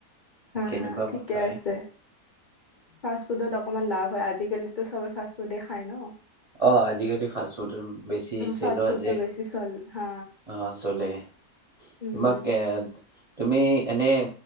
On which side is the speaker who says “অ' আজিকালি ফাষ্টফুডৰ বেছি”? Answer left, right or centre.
Right